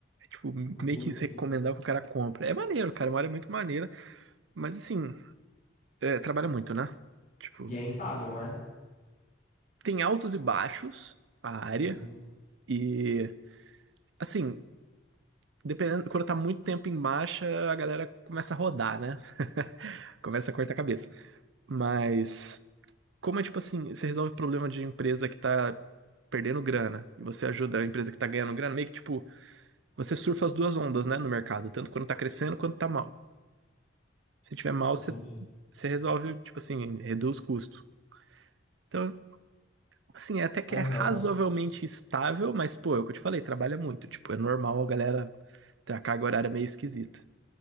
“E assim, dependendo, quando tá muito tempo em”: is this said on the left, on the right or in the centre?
Right